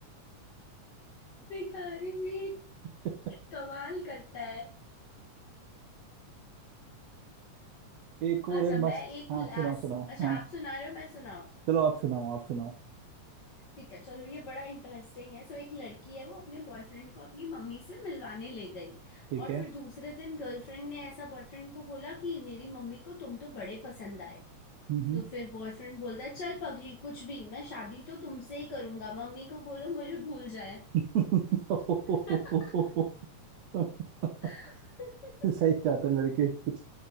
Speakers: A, on the left; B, on the right.
A: भिखारी भी
B: <laughs>
A: कमाल करता है
B: एक और
A: अच्छा
B: है
A: मैं
B: मस्त
A: एक
B: हाँ
A: लास्ट
B: सुनाओ सुनाओ
A: अच्छा
B: हाँ
A: आप सुना रहे हो मैं सुनाऊं
B: चलो आप सुनाओ आप सुनाओ
A: ठीक है चलो ये बड़ा इंटरेस्टिंग है सो एक लड़की है वो अपने बॉयफ्रेंड को अपनी मम्मी से मिलवाने ले गई
B: ठीक
A: और
B: है
A: फिर दूसरे दिन गर्लफ्रेंड ने ऐसा बॉयफ्रेंड को बोला कि मेरी मम्मी को तुम तो बड़े पसंद आए
B: हम्म,
A: तो फिर बॉयफ्रेंड बोलता है चल पगली कुछ भी मैं शादी तो तुमसे ही करूंगा मम्मी को बोलो मुझे भूल जाए
B: हम्म। <laughs>
A: <laughs> <laughs>
B: सही कहा था लड़के कुछ